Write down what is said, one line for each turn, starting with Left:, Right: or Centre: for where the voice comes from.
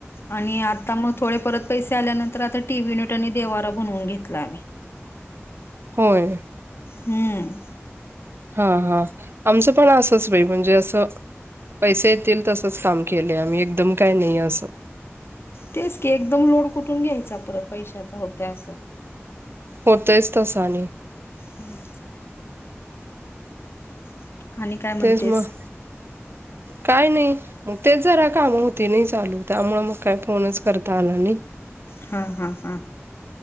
Left: आणि आता मग थोडे परत पैसे आल्यानंतर आता टी व्ही युनिट आणि देवारा बनवून घेतलाय.
Right: होय.
Left: हम्म.
Right: हां हां आमचं पण असंच बाई म्हणजे असं पैसे येतील तसच काम केलय आम्ही. एकदम काय नाही असं
Left: तेच की एकदम लोड कुठून घ्यायचा परत पैशाचा होत असं
Right: होतयच तसं आणि
Left: हम्. <inaudible> म्हणतेस
Right: तेच मग काय नाही मग तेच जरा काम होती नाही चालू त्यामुळे मग काय फोनच करता आला नाही.
Left: हां हां हां